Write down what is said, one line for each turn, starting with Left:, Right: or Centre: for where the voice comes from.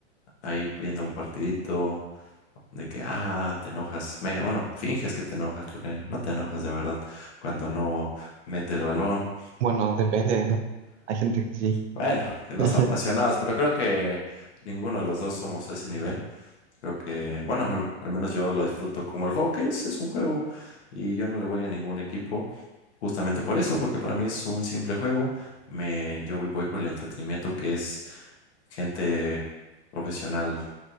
Left: ahí viendo un partidito, de que, ah, te enojas, me, bueno, finges que te enojas, porque no te enojas de verdad cuando no mete el balón.
Right: Bueno, depende, ¿no? Hay gente que sí.
Left: Bueno, <laughs> que los
Right: <laughs>
Left: apasionados, pero creo que ninguno de los dos somos a ese nivel. Creo que, bueno, al al menos yo lo disfruto como el juego que es, es un juego y yo no le voy a ningún equipo. Justamente por eso, porque para mí es un simple juego. Me, yo voy voy por el entretenimiento que es gente profesional